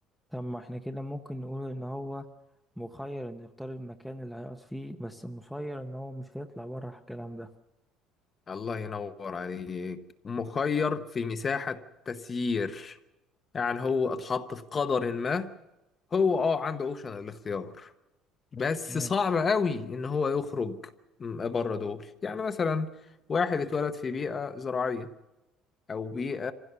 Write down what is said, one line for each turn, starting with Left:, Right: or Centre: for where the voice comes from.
Centre: طب ما احنا كده ممكن نقول ان هو مخير ان يختار المكان اللي هيقعد فيه بس مسير ان هو مش هيطلع بره الكلام ده
Left: الله ينور عليك مخير في مساحة تسيير يعني هو اتحط في قدر ما هو اه عنده اوبشن الاختيار بس
Centre: ماشي
Left: صعب قوي ان هو يخرج م- بره دول يعني مثلا واحد اتولد في بيئة زراعية او بيئه